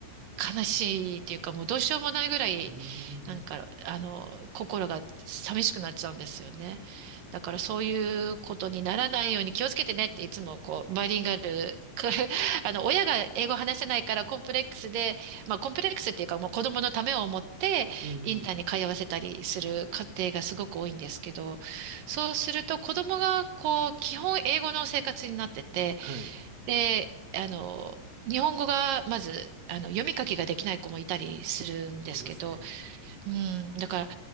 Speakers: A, on the right; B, on the right.
A: 悲しいっていうか、もうどうしようもないぐらい、
B: うーん、
A: なんか、あの、心が寂しくなっちゃうんですよね。だからそういうことにならないように気をつけてねっていつもこう、バイリンガル、く <laughs> あの、親が英語話せないからコンプレックスで、まあコンプレックスっていうかもう子供のためを思ってインターに通わせたりする家庭がすごく多いんですけど、
B: うーん、
A: そうすると子供がこう、基本英語の生活になってて、
B: はい。
A: で、あの、日本語がまず、あの、読み書きができない子もいたりするんですけど、
B: いますね。
A: うん、だから、